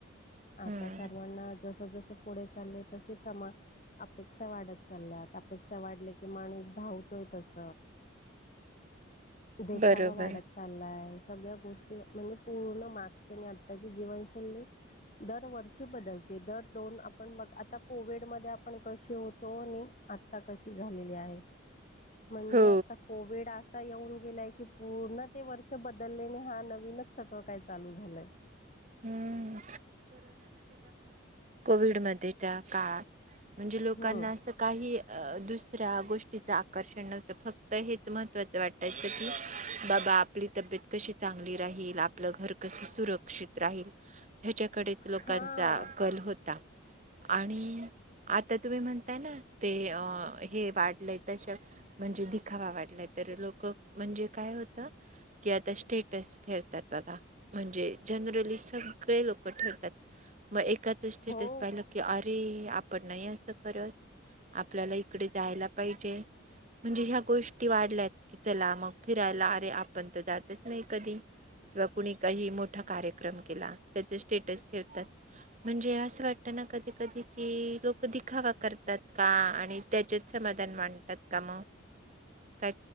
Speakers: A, on the right; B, on the left.
A: हम्म
B: आता सर्वांना जस जसं पुढे चालले तसे समा अपेक्षा वाढत चालल्यात अपेक्षा वाढले की माणूस धावतोय तस देखावा
A: बरोबर
B: वाढत चाललाय सगळ्या गोष्टी म्हणजे पूर्ण मागच्या आणि आत्ताची जीवनशैली दरवर्षी बदलते दर दोन आपण बघ आता कोविड म आपण कशी होतो आणि आता कशी झालेली आहेत म्हणजे
A: हो
B: आता कोविड असा येऊन गेलाय की पूर्ण ते वर्ष बदललेने हा नवीनच सगळं काय चालू झालंय
A: हम्म कोविड म त्या काळात म्हणजे लोकांना
B: हम्म
A: असं काही दुसऱ्या गोष्टी आकर्षण नव्हतं फक्त हेच महत्वाचं वाटायचं की बाबा आपली तब्येत कशी चां च राही आपलं घर कस सुरक्षित राहील ह्याच्याकडेच लोकांचा
B: हा
A: कल होता आणि आता तुम्ही म्हणताय ना ते अ हे वाढलंय तश म्ह ावा वाटला लोक म्हणजे काय होत की आ स्टेट ठेतात बघा म्हणजे नली सग लोक ठात ए
B: हो
A: स पा की अरे नाही असं करत आपल्याला इकडे जायला पाहिजे म्हणजे ह्या गोष्टी वाढल्यात की चला मग फिरायला अरे आपण तर जातच नाही कधी किंवा कुणी काही मोठ मो कार्यक्रम केला त्याच स्टेटस ठेवतात म्हणजे असं वाटत ना कधी कधी की लोक दिखावा करतात का आणि त्याच्यात समाधान मांडतात का मग का